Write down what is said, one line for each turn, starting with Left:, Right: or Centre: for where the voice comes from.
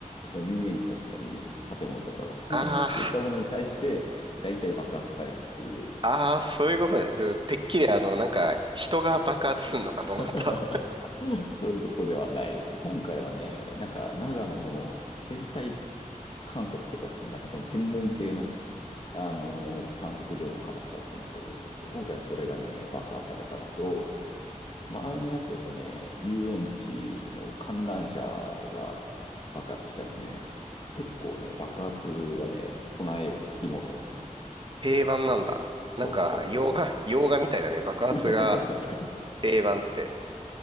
Left: その遊園地だったり、建物とかがすげーって言ったものに対して、
Right: あ
Left: 大体爆発されるっていう。
Right: あ、ああ、そういうことね。うんてっきりあの、なんか、人が爆発すんのかと思った。
Left: <laughs> そういうことではない。今回はね、なんか長野の天体観測というか、なんかその天文系の、あのー観測所の話だったんだけど、今回はそれがね、爆破されたのと、前のやつだとね、遊園地の観覧車が爆発したりね、結構ね、爆発はね、この映画つきものよ。
Right: <laughs> 平板なんだ。
Left: そうそうそ
Right: なんか、洋画、洋画みたいだね。爆発が
Left: う。<laughs> 確かに。
Right: 平板って。